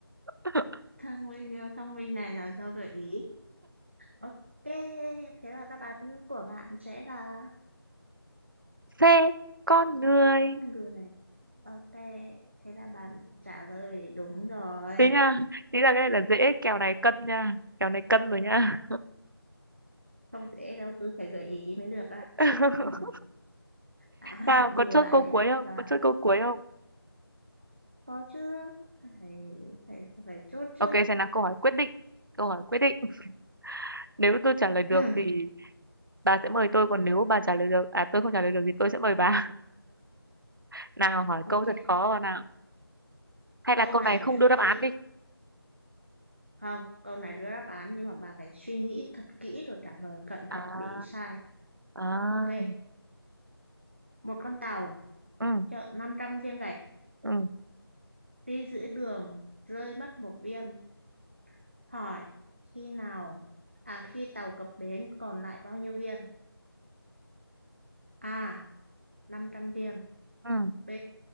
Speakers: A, on the right (about 55°); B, on the right (about 30°).
A: <laughs>
B: thông minh thông minh này là do gợi ý ok thế là đáp án của bạn sẽ là
A: xe con người
B: con người ok thế là bạn trả lời đúng rồi
A: <laughs> tính nha tính là cái này là dễ kèo này cân nha kèo này cân rồi nha
B: không dễ đâu tôi phải gợi ý mới được ạ
A: <laughs>
B: Ừ. à <laughs>
A: Sao
B: bù
A: có chốt
B: lại
A: câu
B: những
A: cuối
B: cái lúc
A: không?
B: mà
A: Có chốt câu cuối không?
B: có chứ phải phải phải, phải chốt chứ
A: Ok, sẽ là câu hỏi quyết định. Câu hỏi quyết định. <laughs> Nếu tôi trả lời được
B: <clears throat>
A: thì bà sẽ mời tôi, còn nếu bà trả lời được, à tôi không trả lời được thì tôi sẽ mời bà. <laughs> Nào hỏi
B: ok
A: câu thật khó vào nào. Hay
B: câu
A: là câu
B: này
A: này
B: phải
A: không
B: suy
A: đưa đáp
B: nghĩ
A: án đi.
B: không câu này đưa đáp án nhưng mà bà phải suy nghĩ thật kỹ rồi trả lời cẩn
A: À,
B: thận bị sai
A: à,
B: ok một con tàu
A: ừ,
B: chở năm trăm viên gạch
A: ừ,
B: đi giữa đường rơi mất một viên hỏi khi nào à khi tàu cập bến còn lại bao nhiêu viên a năm trăm viên
A: ừ,
B: b